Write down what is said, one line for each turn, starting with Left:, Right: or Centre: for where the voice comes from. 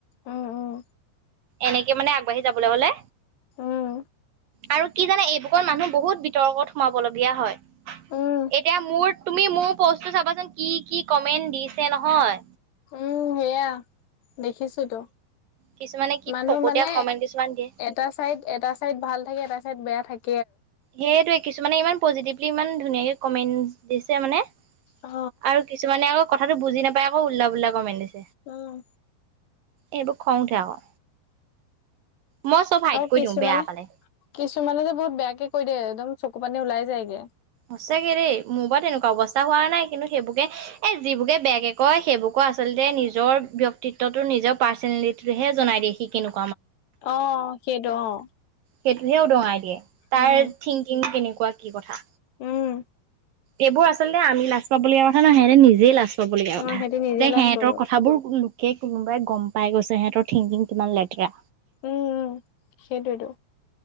Left: উম উম
Right: এনেকে মানে আগবাঢ়ি যাবলৈ হ'লে।
Left: উম।
Right: আৰু কি জানে এইবুকৰ মানুহ বহুত বিতৰ্কত সোমাব লগীয়া হয়।
Left: উম
Right: এতিয়া মোৰ তুমি মোৰ প'ষ্টটো চাবাচোন কি কি কমেন্ট দিছে নহয়।
Left: উম, হেয়া। দেখিছোতো,
Right: কিছুমানে কি
Left: মানুহ
Right: ফকতীয়া
Left: মানে
Right: কমেন্ট কিছুমান দিয়ে
Left: এটা চাইদ এটা চাইদ ভাল থাকে, এটা চাইদ বেয়া থাকে।
Right: সেইটোৱে কিছুমানে ইমান পজিটিভলি ইমান ধুনীয়াকে কমেন্ট দিছে মানে।
Left: অ
Right: আৰু কিছুমানেও কথাটো বুজি নাপাই ওল্টা পুল্টা কমেন্ট দিছ
Left: উম।
Right: এইবোৰ খং উঠে আকৌ। মই চব হাইড
Left: আৰু
Right: কৰি
Left: কিছুমানে,
Right: দিওঁ বেয়া পালে
Left: কিছুমানে যে বহুত বেয়াকে কৈ দে একদম চকু পানী ওলাই যায়গে।
Right: সঁচাকে দে মোৰ পৰা তেনেকুৱা অৱস্থা হোৱা নাই। কিন্তু সেইবোৰকে এ যিবোৰকে বেয়াকে কয় সেইবোৰকো আচলতে নিজৰ ব্যক্তিত্বটো নিজৰ পাৰ্চনেলিটিটোহে জনাই দিয়ে সিকিনো
Left: অ', সেইটো অ'।
Right: সেইটোহে উদঙাই দিয়ে। তাৰ
Left: উম
Right: থিংকিং কেনে কোৱা কি কথা
Left: উম
Right: এইবোৰ আচলতে আমি লাজ পাবলগীয়া কথা নহয় সেতে নিজেই লাজ পাবলগীয়া
Left: অ
Right: কথা
Left: সিহঁতি নিজে
Right: যে
Left: লাজ
Right: সিহঁতৰ
Left: পাব উম
Right: কথাবোৰ কোনোবাই গম পাই গৈছে সিহঁতৰ থিংকিং কিমান লেতেৰা
Left: উম উম সেইটোৱে টো